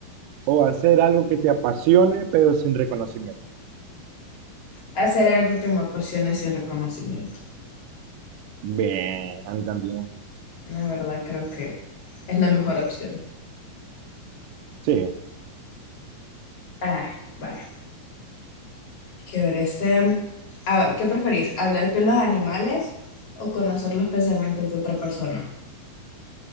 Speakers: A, on the right; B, on the left.
A: o hacer algo que te apasione pero sin reconocimiento?
B: Hacer algo que me apasione sin reconocimiento.
A: Bien, a mí también.
B: La verdad, creo que es la mejor opción.
A: Sí,
B: Ay, vale Chévere. Este, ah, ¿qué preferís? ¿Hablar con los animales o conocer los pensamientos de otra persona?